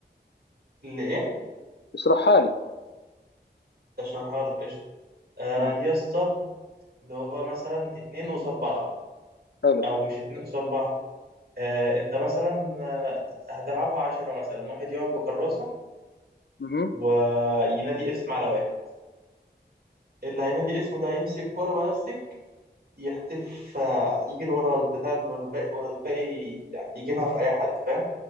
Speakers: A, on the right; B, on the left.
A: اللي ايه
B: اشرحها لي
A: اشرحها لك قشطه آه
B: آه
A: دي يا اسطى اللي هو مثلا اتنين قصاد بعض
B: حلو
A: او مش اتنين قصاد بعض آه انت مثلا آه، هتلعبها عشرة مثلا واحد يقعد بكراسه
B: مهم.
A: وينادي اسم على واحد اللي هينادي اسمه ده يمسك كرة بلاستيك يحتف آه، يجري ورا البتاع ورا الباقي ورا الباقي يعني يجيبها في أي حد فاهم